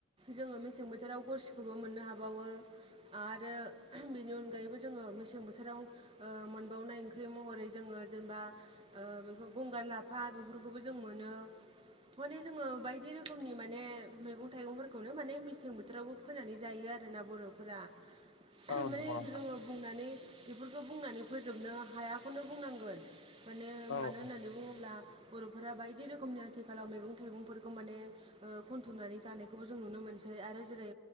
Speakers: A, on the right; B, on the left.
A: जोङो मेसें बोथोराव गरसिखौबो मोननो हाबावो। आरो बेनि अनगायैबो जोङो मेसें बोथोराव ओ मोनबावनाय ओंख्रि महरै जोङो जेनेबा ओ बेखौ गंगार लाफ फा बेफोरखौबो जों मोनो। माने जोङो बायदि रोखोमनि माने मैगं थाइगंफोरखौनो माने मेसें बोथोरावबो फोनानै जायो आरोना बर'फोरा।
B: औ
A: माने
B: नंगौ नोंथां
A: जोङो बुंनानै बेफोरखौ बुंनानै फोजोबनो हायाखौनो बुंनांगोन। मानो
B: औ
A: मानो होननानै बुङोब्ला बर'फोरा बायदि रोखोमनि आथिखालाव मैगं थाइगंफोरखौ माने ओ खनथुमनानै जानायखौबो जों नुनो मोनसै आरो जेरै